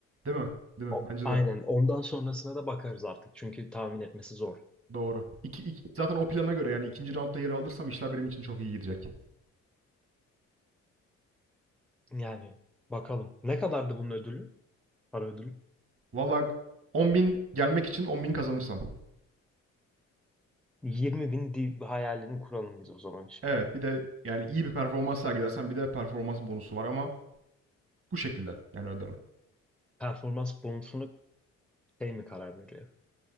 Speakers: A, on the right; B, in the centre.
A: Değil mi? Değil
B: O,
A: mi? Bence
B: aynen.
A: de.
B: Ondan sonrasına da bakarız artık. Çünkü tahmin etmesi zor.
A: Doğru. İki, iki- zaten o plana göre yani ikinci roundda yere alırsam işler benim için çok iyi gidecek.
B: Yani bakalım. Ne kadardı bunun ödülü? Para ödülü.
A: Valla 10.000 gelmek için 10.000 kazanırsam.
B: 20 bin di- hayalini kuralım biz o zaman şimdi.
A: Evet, bir de yani iyi bir performans sergilersen bir de performans bonusu var ama bu şekilde yani ödeme.
B: Performans bonusunu şey mi karar veriyor?